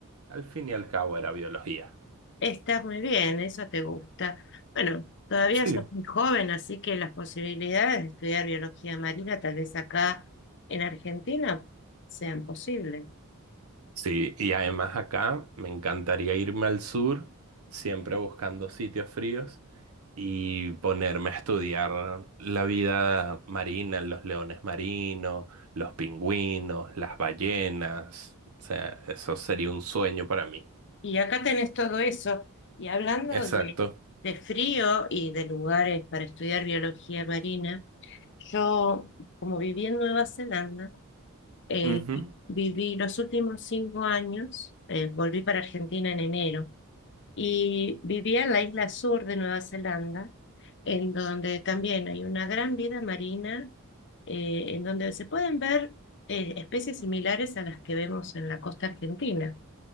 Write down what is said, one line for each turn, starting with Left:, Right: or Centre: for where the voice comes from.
Right: al fin y al cabo era biología.
Left: está muy bien, eso te gusta. Bueno, todavía
Right: Sí,
Left: sos muy joven, así que las posibilidades de estudiar biología marina, tal vez acá en Argentina, sean posibles.
Right: Sí, y además acá me encantaría irme al sur, siempre buscando sitios fríos y ponerme a estudiar la vida marina, los leones marinos, los pingüinos, las ballenas. O sea, eso sería un sueño para mí.
Left: Y acá tenés todo eso. Y hablando
Right: Exacto.
Left: de, de frío y de lugares para estudiar biología marina, yo, como viví en Nueva Zelanda, Eh,
Right: Ujú.
Left: viví los últimos cinco años, eh, volví para Argentina en enero y vivía en la isla sur de Nueva Zelanda, en donde también hay una gran vida marina, eh, en donde se pueden ver eh, especies similares a las que vemos en la costa argentina,